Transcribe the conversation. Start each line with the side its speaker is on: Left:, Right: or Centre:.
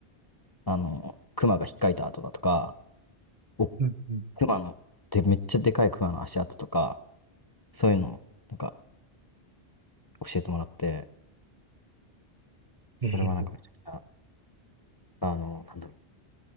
Left: あの、熊が引っかいた跡だとか、お、
Right: うんうん
Left: 熊の、で、めっちゃでかい熊の足跡とか、そういうのを、なんか教えてもらって、それはなんかめちゃくちゃ、
Right: ええ
Left: あの、なんだろう、